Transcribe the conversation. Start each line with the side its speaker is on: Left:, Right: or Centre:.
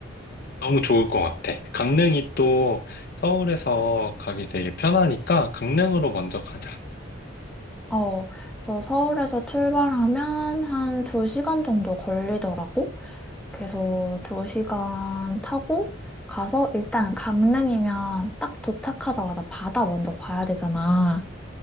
Left: 너무 좋을 것 같아. 강릉이 또 서울에서 가기 되게 편하니까 강릉으로 먼저 가자.
Centre: 어, 그래서 서울에서 출발하면 한 2시간 정도 걸리더라고. 그래서 두 시간 타고 가서 일단 강릉이면 딱 도착하자마자 바다 먼저 봐야 되잖아.